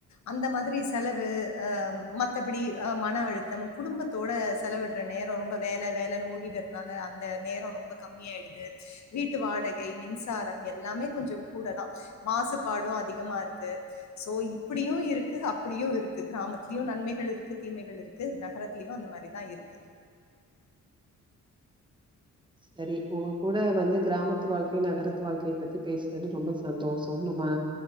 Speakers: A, on the left (about 65°); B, on the right (about 15°).
A: அந்த மாதிரி செலவு அ மத்தபடி மன அழுத்தம் குடும்பத் த்தோட செலவிட்ற நேர ரொம்ப வேல வேலன்னு ஓடிட்றதுனால அந்த நேர ரொம்ப கம்மியாய்டுது வீட்டு வாடகை மின்சாரம் எல்லாமே கொஞ்சோ கூடதா மாச பாடு அதிகமா இருக்கு சோ இப்டியு இருக்கு அப்டியு இருக்கு கிராமத்திலியு நன்மைகள் இருக்கு தீமைகள் இருக் கு நகரத்லயு அந்த மாரிதா இருக்கு
B: சரி உங்க கூட வந்து கிராமத்து வாழ்க்கயு நகரத்து வாழ்க்கய பத்தி பேஸ்னது ரொம்ப சந்தோஷோ நம்மா